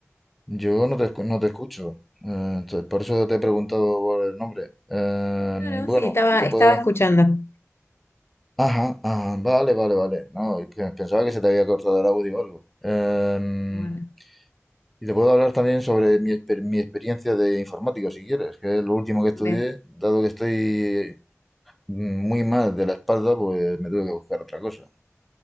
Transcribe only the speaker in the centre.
Yo no te, escu- no te escucho. Eh, entonces, por eso te he preguntado por el nombre. Eh,
bueno,
y te
puedo...
Ajá, ajá, vale, vale, vale. No, es que pensaba que se te había cortado el audio o algo. Eh,
y te puedo hablar también sobre mi, exper- mi experiencia de informático, si quieres, que es lo último que estudié,
dado que estoy muy mal de la espalda, pues me tuve que buscar otra cosa.